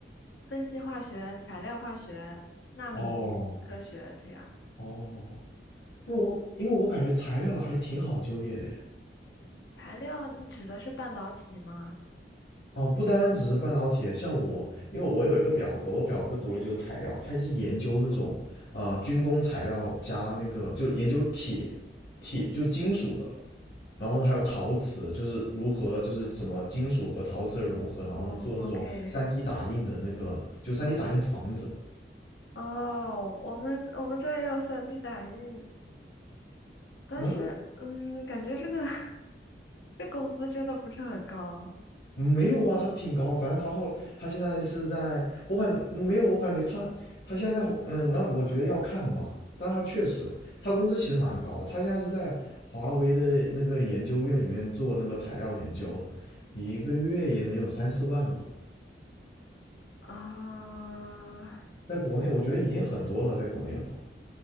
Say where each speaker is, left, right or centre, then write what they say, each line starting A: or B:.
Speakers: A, on the left (about 85°); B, on the left (about 55°).
A: 分析化学、材料化学、纳米科学这样。
B: 哦哦，因为我因为我感觉材料了还挺好就业的诶，
A: 材料，你指的是半导体吗？
B: 哦，不单只是半导体，像我，因为我有一个表哥，我表哥读了就是材料，他是研究那种呃军工材料加那个就是研究铁铁就是金属的，然后呢还有陶瓷，就是如何就是什么金属和陶瓷的融合，然后呢做那种
A: 嗯，OK。
B: 3D 打印的那个，就 3D 打印房子。
A: 哦，我们我们这儿也有 3D 打印，但是，
B: 嗯，
A: 嗯，感觉这个 <laughs> 这工资真的不是很高
B: 没有啊，他挺高的，反正他后他现在是在，我感觉没有，我感觉他他现在在，嗯，那我觉得要看吧，但他确实他工资其实蛮高，他现在是在华为的那个研究院里面做那个材料研究，一个月也能有三四万吧，
A: 啊。
B: 在国内我觉得已经很多了，在国内的话，